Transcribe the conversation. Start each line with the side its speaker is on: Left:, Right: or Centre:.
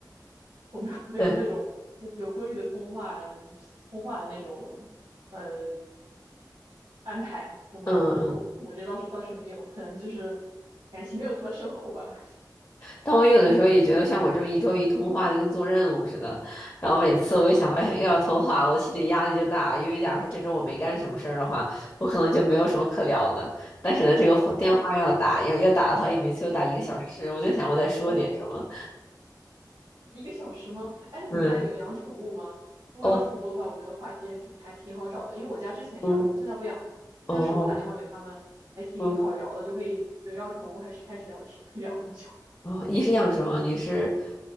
Right: <laughs> 我没有没有那种有规律的通话
Left: 对，
Right: 通话那种呃安排。我们我们和我和父母这些倒是倒是没有，
Left: 嗯嗯。
Right: 可能就是感情没有那么深厚吧。
Left: 但我有的时候也觉得，像我这种一周一通话，就跟做任务似的。然后每次我一想，哎呀，又要通话，我心里压力就大。因为假如说这周我没干什么事儿的话，我可能就没有什么可聊的。但是呢，这个话电话又要打，
Right: 哎，
Left: 要要打的话，也每次又打一个小时。
Right: 你
Left: 我就想，我得说点什么。
Right: 你一个小时吗？哎，那你们家有养宠物吗？
Left: 嗯，
Right: 如果养宠物的话，
Left: 哦，
Right: 我觉得话题还挺还挺好找的，因为我家之前养宠物，
Left: 嗯，
Right: 现在不养了。
Left: 哦，
Right: 那个时候我打电话给他们，还挺好聊的，
Left: 嗯，
Right: 就可以围绕宠物开始开始聊天，可以聊很久。
Left: 哦，你是养什么？你是，